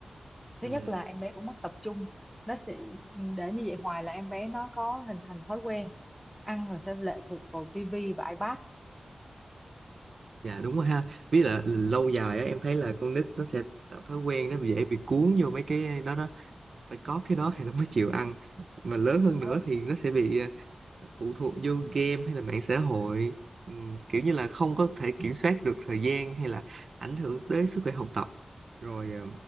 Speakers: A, in the centre; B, on the right (about 60°).
A: thứ
B: ừ.
A: nhất là em bé cũng mất tập trung nó sẽ ừ, để như vậy hoài là em bé nó có hình thành thói quen ăn là sẽ lệ thuộc vào tivi và iPad
B: dạ đúng rồi ha với là lâu dài á em thấy là con nít nó sẽ tạo thói quen nó dễ bị cuốn vô mấy cái đó đó phải có cái đó thì nó mới chịu ăn mà lớn
A: đó.
B: hơn nữa thì nó sẽ bị ờ, phụ thuộc vô game hay là mạng xã hội Ừm, kiểu như là không có thể kiểm soát được thời gian hay là ảnh hưởng tới sức khỏe học tập rồi ờ,